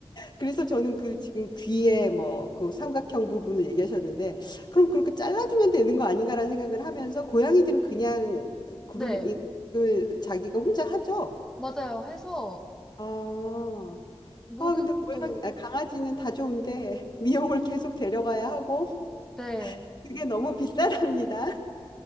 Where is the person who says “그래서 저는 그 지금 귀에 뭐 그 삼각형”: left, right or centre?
Left